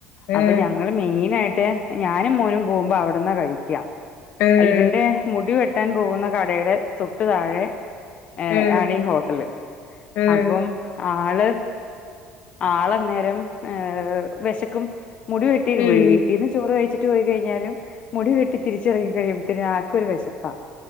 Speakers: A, on the left (about 40°); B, on the left (about 65°).
A: അപ്പൊ
B: ആഹ്
A: ഞങ്ങ ഞങ്ങള് മെയിനായിട്ട് ഞാനും മോനും പോകുമ്പോ അവിടെന്നാ കഴിക്ക
B: ആഹ്
A: ഇവന്റെ മുടി വെട്ടാൻ പോകുന്ന കടേടെ തൊട്ടു താഴെ ഏ
B: ആഹ് ആഹ്
A: ആണീ ഹോട്ടല്
B: ആഹ്
A: അപ്പം ആള് ആളന്നേരം ഏ വെശക്കും മുടിവെട്ടി
B: ഉം
A: വീട്ടീന്ന് ചോറ് കഴിച്ച് ട്ട് പോയി കഴിഞ്ഞാലും മുടി വെട്ടി തിരിച്ചിറങ്ങി കഴിയുമ്പത്തേനും ആക്കൊരു വെശപ്പാ